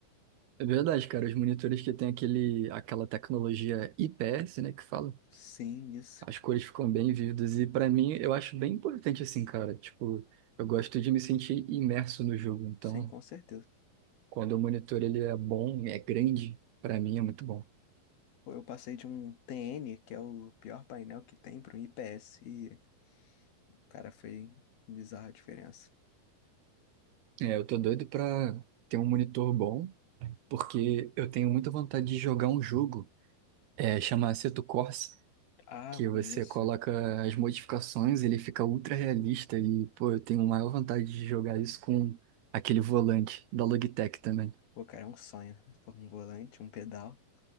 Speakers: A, on the right; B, on the left.
A: É verdade, cara. Os monitores que tem aquele, aquela tecnologia IPS, né, que fala,
B: Sim, isso.
A: As cores ficam bem vívidas e pra mim eu acho bem importante assim, cara. Tipo, eu gosto de me sentir imerso no jogo, então
B: Sim, com certeza.
A: quando o monitor ele é bom, é grande, pra mim é muito bom.
B: Pô, Eu passei de um TN, que é o pior painel que tem, para um IPS. E, cara, foi bizarra a diferença.
A: É, eu tô doido pra ter um monitor bom, porque eu tenho muita vontade de jogar um jogo, é, chama Assetto Corsa,
B: Ah,
A: que
B: eu conheço.
A: você coloca as modificações, ele fica ultra realista e, pô, eu tenho maior vontade de jogar isso com aquele volante da Logitech também.
B: Pô, cara, é um sonho. Pô, Um volante, um pedal